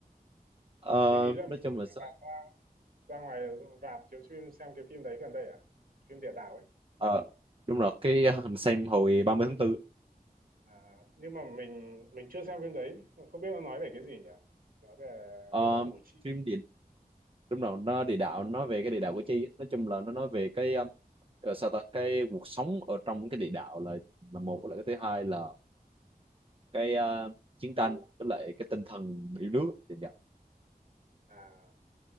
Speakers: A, on the right; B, on the right.
A: Ờ,
B: ý ý là mình-
A: nói chung là sao-
B: bạn ra, ra ngoài rạp chiếu phim xem cái phim đấy gần đây à phim địa đạo ấy
A: ờ, đúng rồi cái ờ, mình xem hồi ba mươi tháng 4
B: à nhưng mà mình mình chưa xem phim đấy không biết nó nói về cái gì nhỉ nói về
A: Ờ,
B: địa đạo Củ Chi
A: phim địa đúng rồi nó địa đạo nó về cái địa đạo của chi nói chung là nó nói về cái um, ờ, sao ta cái cuộc sống ở trong cái địa đạo là là một với lại cái thứ hai là cái ờ, chiến tranh với lại cái tinh thần yêu nước thì dạ,
B: à